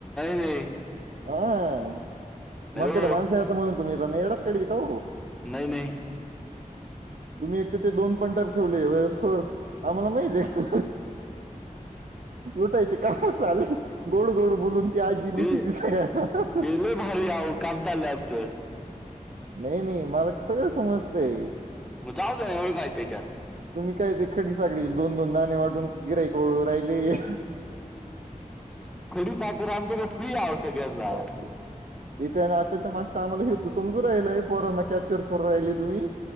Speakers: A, in the centre; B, on the right.
A: नाही
B: हा,
A: नाही
B: म्हातारी
A: हो
B: माणसा आहेत म्हणून तुम्ही त्यांना येड्यात काढती काय ओ?
A: नाही नाही.
B: तुम्ही एक तर, ते दोन पंटर ठेवले वयस्कर. आम्हाला माहित आहे लुटायचे. का चालेल गोड गोड बोलून ती आजी लुटती
A: ते
B: सगळ्यांना.
A: ते लय भारी अहो काम चाललंय आमचं.
B: नाही, नाही मालक सगळं समजतंय.
A: मग जाऊ द्या एवढं काय तेच्यात.
B: तुम्ही काय ते खडी साखरीचे दोन दोन दाणे वाटून गिराईक वळवू राहिले.
A: खरी साखर आमच्याकडे फ्री आहो सगळ्यांना
B: <unintelligible> इथे आणि आताच्या मागचा आम्हाला हेतू समजू राहिलाय आहे. पोरांना कॅप्चर करू राहिले तुम्ही.